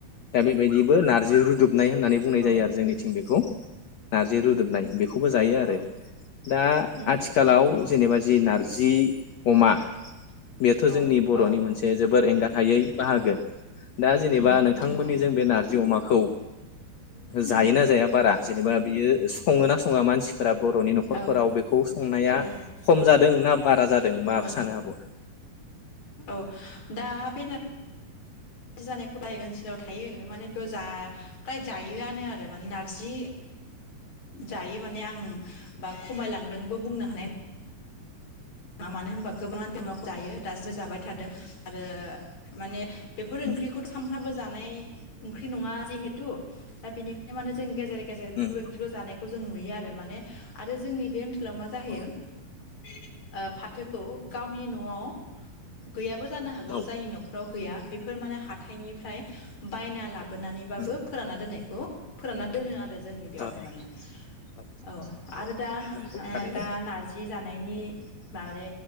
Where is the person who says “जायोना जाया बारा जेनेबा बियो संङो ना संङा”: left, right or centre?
Left